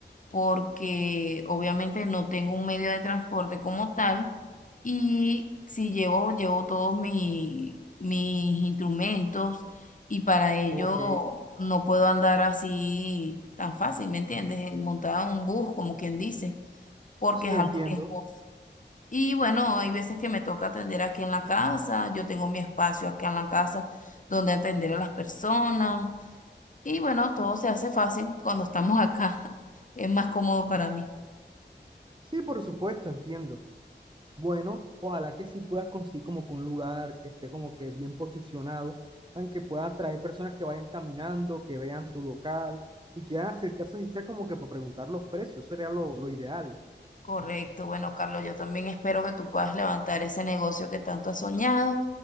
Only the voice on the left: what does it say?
porque obviamente no tengo un medio de transporte como tal y si llevo, llevo todos mi- mis instrumentos y para ello
no puedo andar así tan fácil, ¿me entiendes? Montada en un bus, como quien dice, porque
es
algo riesgoso. Y bueno, hay veces que me toca atender aquí en la casa, yo tengo mi espacio acá en la casa donde atender a las personas y bueno, todo se hace fácil cuando estamos acá, <laughs> es más cómodo para mí.
Correcto. Bueno, Carlos, yo también espero que tú puedas levantar ese negocio que tanto has soñado